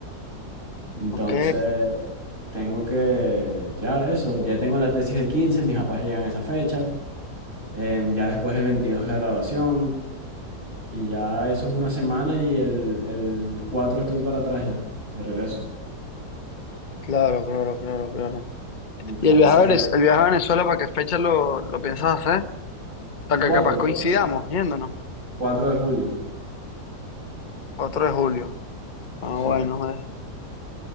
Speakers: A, on the right (about 30°); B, on the left (about 30°).
A: Entonces,
B: Ok,
A: tengo que, ya eso, ya tengo la tesis de 15 mis papás llegan a esa fecha, em, ya después el 22 es la graduación, y ya eso es una semana y el, el 4 estoy para atrás ya, de regreso.
B: Claro, claro, claro, claro.
A: Entonces,
B: ¿Y el viaje a Venez- el viaje a Venezuela, para qué fecha lo, lo piensas hacer? Hasta
A: el cuatro
B: que capaz
A: el
B: coincidamos
A: cuatro
B: yéndonos.
A: cuatro de julio,
B: 4 de julio. Ah,
A: sí.
B: bueno, eh.